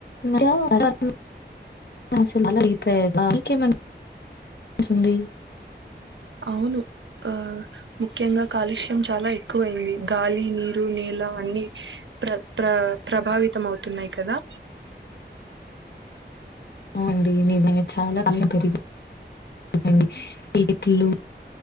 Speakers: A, on the left (about 65°); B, on the right (about 85°).
A: <unintelligible>
B: అవును ఆ ముఖ్యంగా కాలుష్యం చాలా ఎక్కువైంది గాలి నీరు నేల అన్ని ప్ర ప్ర ప్రభావితం అవుతున్నాయి కదా
A: అవునండి నిజంగా చాలా <unintelligible> పిచ్చుకలు